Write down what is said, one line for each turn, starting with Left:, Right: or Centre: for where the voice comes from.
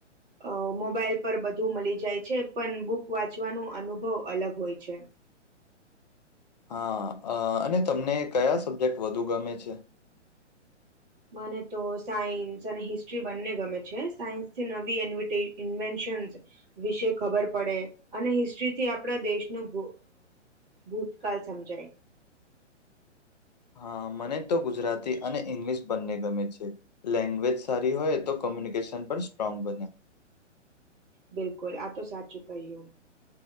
Right: અ મોબાઇલ પર બધું મલી જાય છે પન, બુક વાંચવાનો અનુભવ અલગ હોય છે.
Left: હા-અ- અને તમને કયા સબ્જેક્ટ વધુ ગમે છે?
Right: મને તો સાયન્સ અને હિસ્ટ્રી બંને ગમે છે. સાયન્સથી નવી ઇન્વિટી-ઇન્વેન્શન્સ વિશે ખબર પડે. અને હિસ્ટ્રીથી આપણા દેશનું ભૂતકાળ સમજાય.
Left: હા મને તો ગુજરાતી અને ઇંગ્લિશ બંને ગમે છે. લેંગ્વેજ સારી હોય તો કોમ્યુનિકેશન પણ સ્ટ્રોંગ બને.
Right: બિલકુલ, આ તો સાચું કહય્યું.